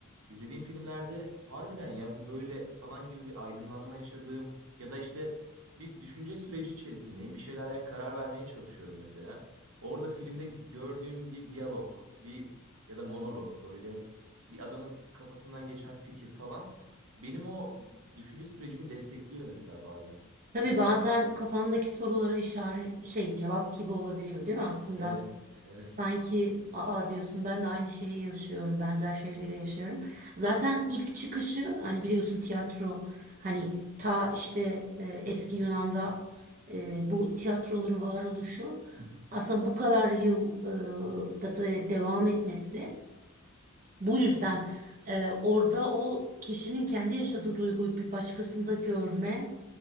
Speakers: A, on the right; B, on the right.
A: izlediğim filmlerde harbiden ya bu böyle falan gibi bir aydınlanma yaşadığım ya da işte bir düşünce süreci içerisindeyim. Bir şeylere karar vermeye çalışıyorum mesela. Orada filmde gördüğüm bir diyalog, bir ya da monolog böyle bir adamın kafasından geçen fikir falan benim o düşünce sürecimi destekliyor mesela bazen.
B: Tabii
A: O tür
B: bazen
A: farklar.
B: kafandaki sorulara işaret şey cevap gibi olabiliyor değil mi aslında?
A: Evet, evet.
B: Sanki aa diyorsun ben de aynı şeyi yaşıyorum, benzer şeyleri yaşıyorum. Zaten ilk çıkışı hani biliyorsun tiyatro hani ta işte e, eski Yunan'da e, bu tiyatroların varoluşu aslında bu kadar yıl e, da da devam etmesi bu yüzden e, orada o kişinin kendi yaşadığı duyguyu bir başkasında görme